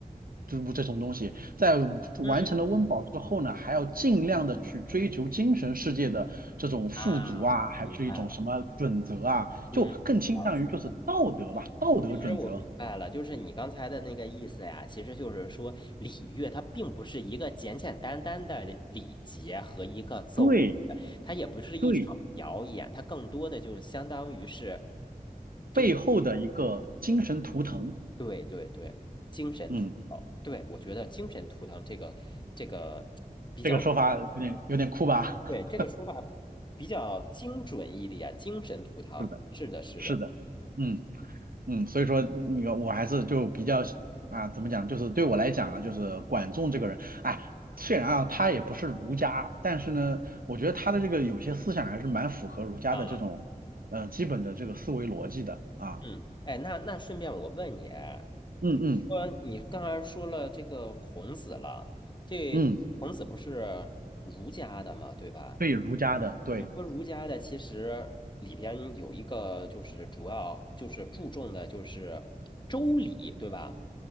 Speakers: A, on the right; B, on the left.
A: 就是这种东西，在完成了温饱之后呢，
B: 嗯
A: 还要尽量的去追求精神世界的这种富足啊，
B: 啊，明白了。
A: 还是一种什么准则啊，就更倾向于就是道德吧，
B: 嗯，嗯，了解了，了解了。
A: 道德准则。
B: 其实我明白了，就是你刚才的那个意思呀，其实就是说礼乐它并不是一个简简单单的礼节和一个奏，
A: 对
B: 它也不是一场表演，
A: 对。
B: 它更多的就相当于是这一，
A: 背后的一个精神图腾。
B: 对对对，精神图腾。
A: 嗯，
B: 对，我觉得精神图腾这个这个比较，
A: 这个说法有点有点酷吧？
B: 啊，对对对，
A: <laughs>
B: 这个说法比较精准一点，精神图腾，
A: 是的，
B: 是的，是的。
A: 是的，嗯嗯，所以说那个我还是就比较啊，怎么讲，就是对我来讲啊，就是管仲这个人，哎，虽然啊他也不是儒家，但是呢，我觉得他的这个有些思想还是蛮符合儒家的这种呃基本的这个思维逻辑的啊。
B: 啊。嗯，哎，那那顺便我问你啊，
A: 嗯嗯
B: 你说你刚才说了这个孔子了，这孔子不是儒家的嘛，
A: 嗯，
B: 对吧？
A: 对儒家的，对
B: 你说儒家的其实里边有一个就是主要就是注重的就是周礼，对吧？